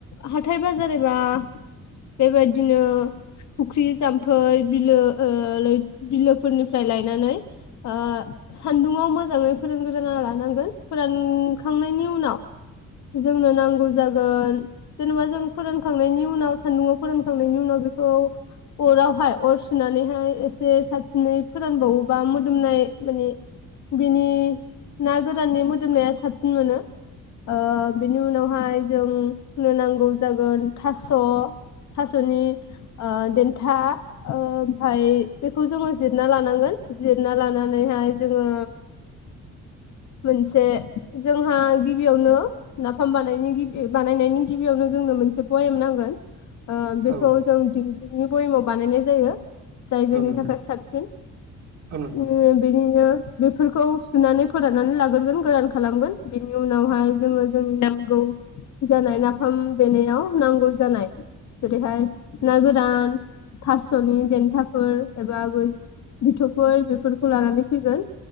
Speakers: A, on the left; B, on the right.
A: हाथाय बाजार एबा बेबायदिनो फुख्रि, जाम्फै, बिलो, ओ लै बिलोफोरनिफ्राय लायनानै आ सान्दुंङाव मोजाङै फोरानग्रोना लानांगोन फोरान खांनायनि उनाव जोंनो नांगौ जागोन जेनेबा जों फोरानखांनायनि उनाव सान्दुंङाव फोरानखांनायनि उनाव बेखौ अरावहाय अर सुनानैहाय एसे साबसिनै फोरानबावोबा मोदोमनाय माने बिनि ना गोराननि मोदोमनाया साब साबसिन मोनो ओ बेनि उनावहाय जों नो नांगौ जागोन थास' थास'नि ओ देन्था ओ ओमफ्राय बेखौ जोङो जिरना लानांगोन जिरना लानानैहाय जोङो मोनसे जोंहा गिबियावनो नाफाम बानायनायनि गिबि- बानायनायनि गिबियावनो जोंनो मोनसे भयेम नांगोन। ओ बेखौ
B: औ
A: जों दिंग्रिनि बयमाव बानायनाय जायो। जाय जोंनि
B: औ नोंथां
A: थाखाय साबसिन
B: औ नोंथां
A: उम बेनिनो बेफोरखौ सुनानै फोराननानै लाग्रोगोन गोरान खालामगोन बेनि उनावहाय जोङो जोंनि नांगौ जानाय नाफाम देनायाव नांगौ जानाय जेरैहाय ना गोरान थास'नि देन्थाफोर एबा बै बिथौफोर बेफोरखौ लानानै फैगोन